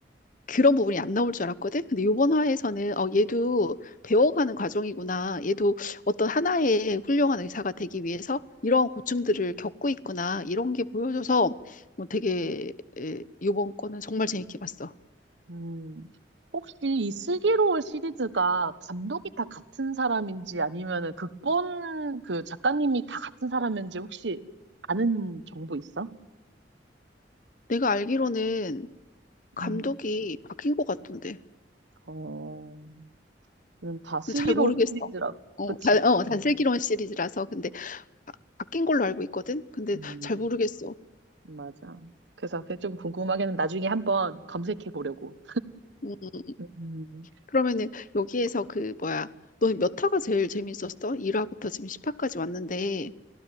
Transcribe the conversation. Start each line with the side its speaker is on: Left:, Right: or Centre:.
Left: 그런 부분이 안 나올 줄 알았거든. 근데 이번 화에서는 어 얘도 배워가는 과정이구나. 얘도 어떤 하나의 훌륭한 의사가 되기 위해서 이러한 고충들을 겪고 있구나. 이런 게 보여줘서 뭐 되게 에, 이번 거는 정말 재밌게 봤어.
Right: 음, 혹시 이 슬기로울 시리즈가 감독이 다 같은 사람인지 아니면은 극본 그 작가님이 다 같은 사람인지 혹시 아는 정보 있어?
Left: 내가 알기로는 감독이
Right: 음,
Left: 바뀐 것 같던데.
Right: 어, 그럼 다 슬기로울
Left: 잘 모르겠어.
Right: 시리즈라고.
Left: 어,
Right: 그치?
Left: 다, 어, 단슬기론
Right: 음,
Left: 시리즈라서 근데 바- 바뀐 걸로 알고 있거든. 근데
Right: 음,
Left: 잘 모르겠어.
Right: 맞아. 그래서 그게 좀 궁금하게는 나중에 한번 검색해 보려고.
Left: 어,
Right: 음,
Left: 그러면은 여기에서 그 뭐야? 너 몇 화가 제일 재밌었어? 1화부터 지금 10화까지 왔는데.